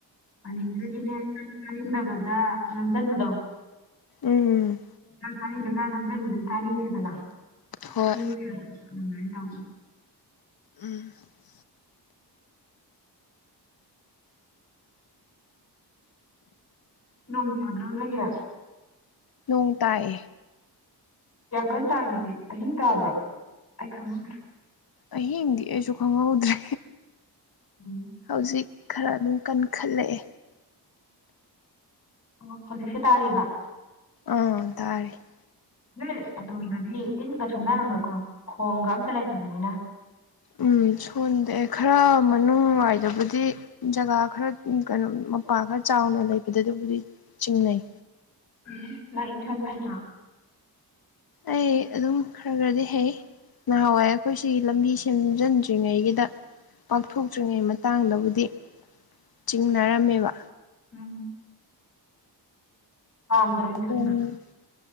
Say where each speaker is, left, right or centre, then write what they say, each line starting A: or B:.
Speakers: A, on the left; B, on the left.
A: ꯄꯥꯅꯤꯡꯗ꯭ꯔꯗꯤꯅꯦ ꯆꯥꯅꯤꯡꯗꯕꯗ ꯅꯝꯁꯤꯟꯕꯗꯣ
B: ꯎꯝ
A: ꯈ ꯇꯥꯅꯤꯡꯗ꯭ꯔꯦ ꯈ ꯅꯝꯊꯟꯗꯗꯤ ꯆꯥꯅꯤꯡꯗꯦꯗꯅꯅꯤꯡ
B: ꯍꯣꯏ
A: ꯑꯗꯨꯃꯥꯏꯅ ꯇꯧꯕꯅꯤ
B: ꯎꯝ <unintelligible> <inaudible>
A: ꯅꯣꯡ ꯆꯨꯗꯔꯣ ꯅꯣꯏꯒꯤ
B: ꯅꯣꯡ ꯇꯥꯏꯌꯦ
A: ꯌꯥꯌꯥꯡꯈꯟ ꯇꯥꯒꯤ ꯑꯍꯤꯡ ꯇꯥꯕ꯭ꯔꯣ ꯑꯩ ꯈꯪꯍꯗ꯭ꯔꯦ
B: ꯑꯍꯤꯡꯗꯤ ꯑꯩꯁꯨ ꯈꯪꯍꯧꯗ꯭ꯔꯦ
A: ꯎꯝ <unintelligible> <inaudible>
B: ꯍꯧꯖꯤꯛ ꯈꯔ ꯑꯗꯨꯝ ꯀꯟꯈꯠꯂꯛꯑꯦ
A: ꯑꯣ ꯍꯧꯖꯤꯛꯁꯦ ꯇꯥꯔꯤꯕ <inaudible>
B: ꯑꯥ ꯇꯥꯔꯔꯤ <inaudible>
A: ꯅꯣꯏ ꯑꯗꯣꯝꯗꯗꯤ ꯏꯟꯒ ꯁꯥꯟꯅꯔꯝꯃꯣꯏꯀꯣ ꯈꯣꯡꯒ ꯑꯝꯇ ꯂꯩꯇꯕꯅꯤꯅ
B: ꯎꯝ ꯁꯣꯟꯗꯑꯦ ꯈꯔ ꯃꯅꯨꯡꯋꯥꯏꯗꯕꯨꯗꯤ ꯖꯒꯥ ꯈꯔ ꯀꯩꯅꯣ ꯃꯄꯥ ꯈꯔ ꯆꯥꯎꯅ ꯂꯩꯕꯗ ꯑꯗꯨꯕꯨꯗꯤ ꯆꯤꯡꯅꯩ
A: ꯎꯝ ꯃꯥ ꯏꯟ ꯁꫭꯟꯕ ꯍꯩꯇ꯭ꯔꫭ
B: ꯑꯩ ꯑꯗꯨꯝ ꯈꯔ ꯈꯔꯗꯤ ꯍꯩ ꯅꯍꯥꯟꯋꯥꯏ ꯑꯩꯈꯣꯏꯁꯤ ꯂꯝꯕꯤ ꯁꯦꯝꯖꯤꯟꯗ꯭ꯔꯤꯉꯩꯒꯤꯗ ꯄꯥꯛꯊꯣꯛꯇ꯭ꯔꯤꯉꯩ ꯃꯇꯥꯡꯗꯕꯨꯗꯤ ꯆꯤꯡꯅꯔꯝꯃꯦꯕ
A: ꯎꯝ ꯄꯥꯝꯗ꯭ꯔ ꯑꯩꯅ ꯈꯟꯕ
B: ꯎꯝ <unintelligible>